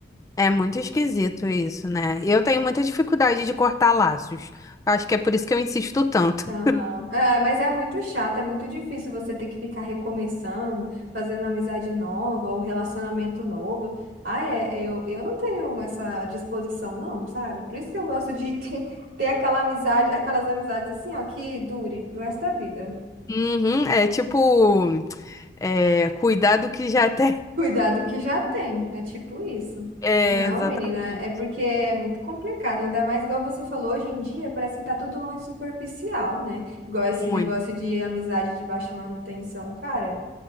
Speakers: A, on the left (about 20°); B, on the right (about 70°).
A: É muito esquisito isso, né? E Eu tenho muita dificuldade de cortar laços. Acho que é por isso que eu insisto tanto.
B: Aham. É, mas é muito chato, é muito difícil você ter que ficar recomeçando, fazendo amizade nova ou relacionamento novo. Ah, é, eu, eu não tenho essa disposição, não, sabe? Por isso que eu gosto de <laughs> ter, ter aquela amizade, aquelas amizades assim, ó, que dure pro resto da vida.
A: Uhum, é tipo, é, cuidar do que já <laughs> tem.
B: Cuidado que já tem, é tipo isso.
A: É,
B: Não,
A: exatamente.
B: menina, é porque é muito complicado, ainda mais igual você falou, hoje em dia parece que tá tudo muito superficial, né? Igual
A: Muito.
B: esse negócio de amizade de baixa manutenção, cara.